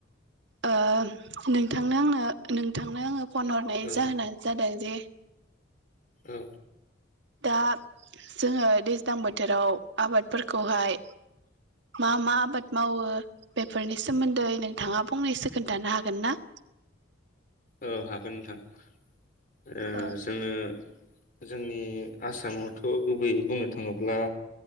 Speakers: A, on the right; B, on the left.
A: आ नोंथांनो आंनो नोंथांनो आङो फन हरनाय
B: औ
A: जाहोनानो जादों जे
B: औ
A: दा जोङो दैज्लां बोथोराव आबादफोरखौहाय मा मा आबाद मावो बेफोरनि सोमोन्दै नोंथाङा फंनैसो खोन्थानो हागोन ना
B: औ हागोन नोंथां
A: औ
B: जोङो जोंनि आसामावथ' गुबैयै बुंनो थाङोब्ला